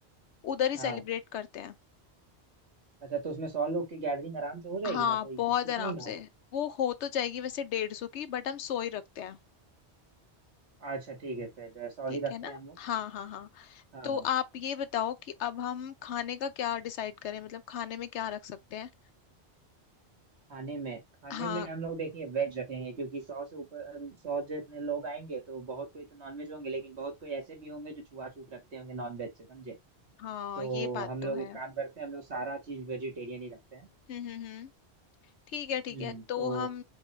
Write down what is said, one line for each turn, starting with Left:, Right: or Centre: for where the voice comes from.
Left: उधर ही सेलिब्रेट
Right: हाँ
Left: करते हैं
Right: अच्छा तो उसमें सौ लोग की गैदरिंग आराम से हो जाएगी
Left: हाँ
Right: ना कोई
Left: बहुत
Right: किचकिच
Left: आराम
Right: नहीं ना होगा
Left: से वो हो तो जाएगी वैसे डेढ़ सौ की बट हम सौ ही रखते हैं
Right: अच्छा ठीक है फिर अ, सौ
Left: ठीक
Right: ही रखते
Left: है ना
Right: हैं हम लोग
Left: हाँ हाँ हाँ
Right: हाँ
Left: तो
Right: हाँ
Left: आप ये बताओ कि अब हम खाने का क्या डिसाइड करें मतलब खाने में क्या रख सकते हैं
Right: खाने में खाने
Left: हाँ
Right: में हम लोग देखिए वेज रखेंगे क्योंकि सौ से ऊपर सौ जितने लोग आएंगे तो बहुत कोई तो नॉनवेज होंगे लेकिन बहुत कोई ऐसे भी होंगे जो छुआछूत रखते होंगे नॉनवेज से समझे
Left: हाँ
Right: तो
Left: ये बात
Right: हम
Left: तो
Right: लोग
Left: है
Right: एक काम करते हैं हम लोग सारा चीज वेजिटेरियन ही रखते हैं
Left: हम्म हम्म हम्म ठीक है ठीक
Right: हम्म
Left: है तो
Right: तो
Left: हम